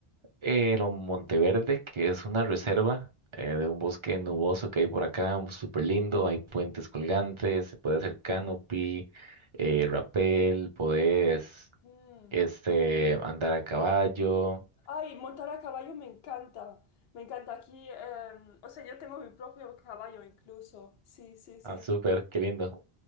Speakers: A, on the right; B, on the left.
A: Eh, lo Monteverde, que es una reserva eh, de un bosque nuboso que hay por acá, súper lindo, hay puentes colgantes, se puede hacer canopy, eh, rappel, podés
B: Mm.
A: este, andar a caballo,
B: Ay, montar a caballo me encanta. Me encanta aquí. em, o sea, yo tengo mi propio caballo incluso. Sí, sí, sí.
A: ah, súper, qué lindo.